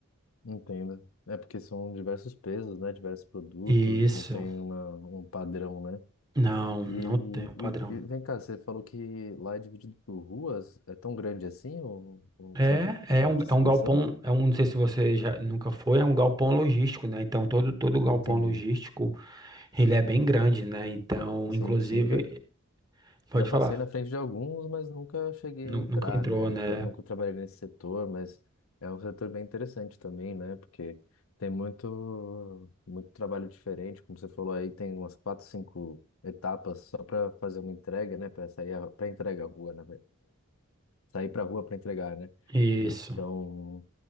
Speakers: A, on the left; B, on the right.
A: Entendo. É porque são diversos pesos, né? Diversos produtos,
B: Isso.
A: não tem uma, um padrão, né?
B: Não, não
A: E,
B: tem um padrão.
A: e, e vem cá, você falou que lá é dividido por ruas, é tão grande assim o, o
B: É,
A: centro de
B: é um,
A: distribuição?
B: é um galpão, é um, não sei se você já nunca foi, é um galpão logístico, né? Então todo todo galpão
A: Entendi.
B: logístico ele é bem grande, né? Então,
A: Sim,
B: inclusive,
A: sim. Já,
B: pode
A: Já passei
B: falar,
A: na frente de alguns, mas nunca cheguei
B: nu-
A: a entrar,
B: nunca entrou,
A: né?
B: né?
A: Nunca, nunca trabalhei nesse setor, mas é um setor bem interessante também, né? Porque tem muito, muito trabalho diferente, como você falou aí, tem umas quatro, cinco etapas só para fazer uma entrega, né? Para sair para entrega à rua, né? Sair para a rua para entregar, né?
B: Isso.
A: Então,